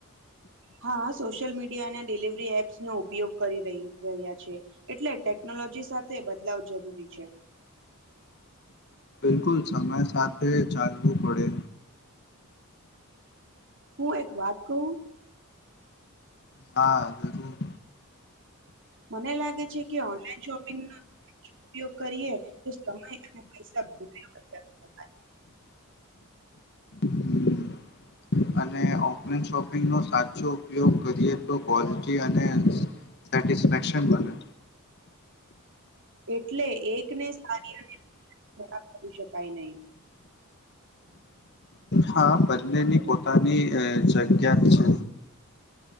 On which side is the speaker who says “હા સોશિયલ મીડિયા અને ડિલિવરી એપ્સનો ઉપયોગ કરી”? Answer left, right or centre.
Right